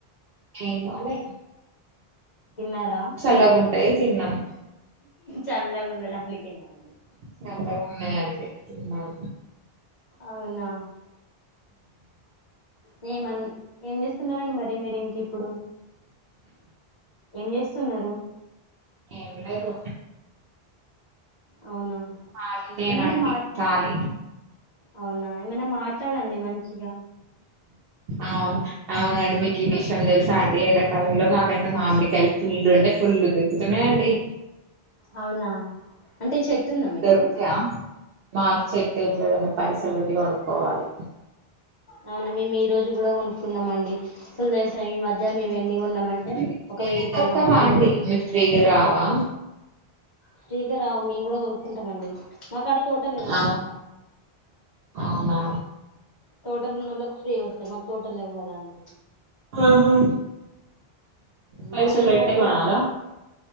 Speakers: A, on the right (about 70°); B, on the left (about 35°).
A: ఏం కాలే
B: తిన్నారా
A: చల్లగుంటాయి తిన్నాము
B: చల్లగా ఉండడానికేనా అండి
A: చల్లగా ఉన్నాయండడి తిన్నాం
B: అవునా మేమన్ ఏం చేస్తున్నారండి మరి మీరు ఇంక ఇప్పుడు ఏం చేస్తున్నారు
A: ఏం లేదు
B: అవునా
A: ఖాళీ నేనండి
B: ఏమైనా మా
A: ఖాళీ
B: అవునా ఏమైనా మా ట్లడండి మంచిగా
A: అవును అవునండి మీకు ఈ విషయం తెలుసా అండి ఎండాకాలంలో మాకైతే మామిడికాయలు ఫుల్లు అంటే ఫు పుల్ దోరుకుతున్నయండి
B: అవునా అంటే చెట్టు ఉందా మీకు
A: దోరుకుతయ మాకు చేసేట్లు ఏమి లేవు అండి పైసలు పెట్టు కోనుక్కోవాలి
B: అవునా మేము ఈ రోజు కూడా కొనుక్కున్నాంమండి అసలు తెలుసా ఇ మధ్య మే ఉన్నామంటే
A: మీకు
B: ఒక
A: ఫ్రీగా
B: వెయ్యి రూపాయలు
A: దొరకవా
B: మామిడికాయ
A: అండి
B: లకీ
A: మీకు ఫ్రీగా రావా
B: ఫ్రీగా రావు మేము కూడా కొనుక్కుంటాం అండి మాకు ఆడ తోటలు లేవన్నమాట
A: అవు అవునా
B: తోటలు ఉన్నోళ్ళకి ఫ్రీగా వస్తాయి మాకు తోటలు లేవు కదా అండి
A: ఆహా పైసలేట్ట
B: మా చిన్నక్కోళ్ళు
A: కానాలా